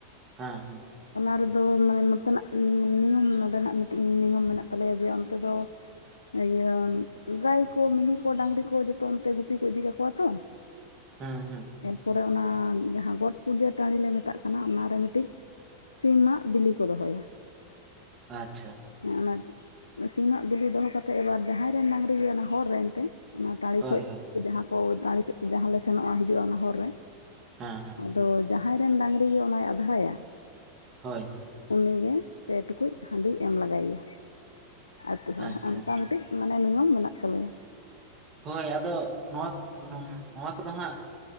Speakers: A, on the right; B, on the left.
A: ᱦᱮᱸ ᱦᱮᱸ
B: ᱚᱱᱟ ᱨᱮᱫᱚ ᱢᱟᱱᱮ ᱱᱚᱛᱮᱱᱟᱜ ᱱᱤᱭᱚᱢ ᱱᱚᱰᱮᱱᱟᱜ ᱢᱤᱫᱴᱤᱡ ᱱᱤᱭᱚᱢ ᱢᱮᱱᱟᱜ ᱛᱟᱞᱮᱭᱟ ᱡᱮ ᱚᱱᱛᱮ ᱫᱚ, ᱤᱭᱟᱹ ᱜᱟᱹᱭ ᱠᱚ ᱢᱤᱦᱩ ᱠᱚ ᱰᱟᱹᱟᱝᱨᱤ ᱠᱚ ᱡᱚᱛᱚ ᱚᱱᱛᱮ ᱜᱩᱯᱤ ᱠᱚ ᱤᱫᱤ ᱠᱟᱠᱚᱣᱟ ᱛᱚ, <inaudible>
A: ᱦᱮᱸ ᱦᱮᱸ
B: ᱯᱚᱨᱮ ᱚᱱᱟ ᱡᱟᱦᱟᱸ ᱜᱚᱴ ᱯᱩᱡᱟᱹ ᱴᱟᱹᱱᱰᱤᱞᱮ ᱢᱮᱛᱟᱜ ᱠᱟᱱᱟ ᱚᱱᱟᱨᱮ ᱢᱤᱫᱴᱤᱡ, ᱥᱤᱢᱟᱜ ᱵᱤᱞᱤ ᱠᱚ ᱫᱚᱦᱚᱭᱟ᱾
A: ᱟᱪᱪᱷᱟ
B: ᱦᱮᱸ ᱚᱱᱟ ᱥᱤᱢᱚᱜ ᱵᱤᱞᱤ ᱫᱚᱦᱚ ᱠᱟᱛᱮᱫ ᱮᱵᱟᱨ ᱡᱟᱦᱟᱸᱭ ᱨᱮᱱ ᱰᱟᱝᱨᱤ ᱜᱮ ᱚᱱᱟ ᱦᱚᱲ ᱨᱮᱱ ᱮᱱᱛᱮ, ᱚᱱᱟ ᱴᱟᱹᱲᱤ
A: ᱦᱳᱭ
B: ᱠᱷᱚᱡ
A: ᱦᱳᱭ
B: ᱡᱟᱦᱟᱸ ᱠᱚ ᱴᱟᱹᱲ ᱥᱮᱫ ᱡᱟᱦᱟᱸ ᱞᱮ ᱥᱮᱱᱚᱜᱼᱟ ᱦᱤᱡᱩᱜᱼᱟ ᱚᱱᱟ ᱦᱚᱨ ᱨᱮ,
A: ᱦᱮᱸ ᱦᱮᱸ
B: ᱟᱫᱚ ᱡᱟᱦᱟᱸᱭ ᱨᱮᱱ ᱰᱟᱝᱨᱤ ᱜᱮ ᱚᱱᱟᱭ ᱟᱫᱷᱲᱟᱭᱟ᱾
A: ᱦᱳᱭ
B: ᱩᱱᱤᱜᱮ ᱯᱮ ᱴᱩᱠᱩᱡ ᱦᱟᱱᱰᱤ ᱮᱢ ᱞᱟᱜᱟᱭᱮᱭᱟ ᱟᱛᱳ ᱦᱚᱲ,
A: ᱟᱪᱪᱷᱟ
B: ᱚᱱᱠᱟ
A: ᱟᱪᱪᱷᱟ
B: ᱢᱤᱫᱴᱤᱡ ᱢᱟᱱᱮ ᱱᱤᱭᱚᱢ ᱢᱮᱱᱟᱜ ᱛᱟᱞᱮᱭᱟ᱾
A: ᱦᱳᱭ ᱟᱫᱚ ᱱᱚᱣᱟ ᱱᱚᱣᱟ ᱠᱚᱫᱚ ᱦᱟᱸᱜ